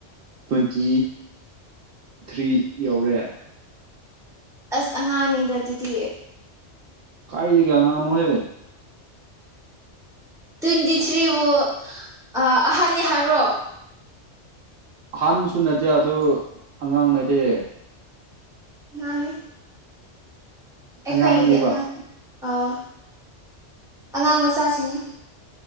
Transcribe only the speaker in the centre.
ꯑꯁ ꯑꯉꯥꯡ ꯑꯅꯤꯗ ꯑꯗꯨꯗꯤ
ꯇ꯭ꯋꯦꯟꯇꯤ ꯊ꯭ꯔꯤꯕꯨ ꯑꯍꯟꯅꯅꯤ ꯍꯥꯏꯕ꯭ꯔꯣ
ꯃꯥꯅꯦ ꯑꯩꯈꯣꯏꯒꯤꯗꯤ
ꯑꯉꯥꯡ ꯑꯥꯎ ꯑꯉꯥꯡ ꯃꯆꯥꯁꯤꯡꯅꯤ